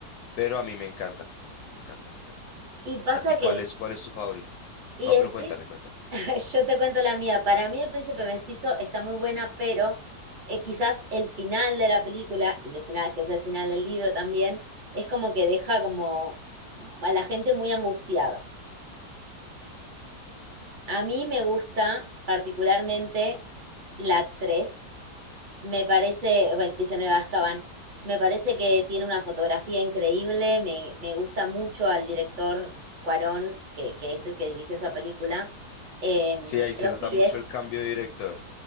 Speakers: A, on the left; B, on the right.
A: pero a mí me encanta. Me encanta, me encanta.
B: Y pasa
A: ¿A ti cuál
B: que el,
A: es, cuál es tu favorito?
B: y
A: No,
B: el
A: pero
B: prin-
A: cuéntame, cuéntame.
B: <laughs> yo te cuento la mía. Para mí el príncipe mestizo está muy buena, pero eh, quizás el final de la película, y el final, que es el final del libro también, es como que deja como a la gente muy angustiada. A mí me gusta particularmente la 3. Me parece, o El prisionero de Azkaban, me parece que tiene una fotografía increíble, me, me gusta mucho al director Cuarón, que, que es el que dirigió esa película. Em,
A: Sí, ahí
B: pero
A: se nota
B: sí,
A: mucho
B: es,
A: el cambio de director.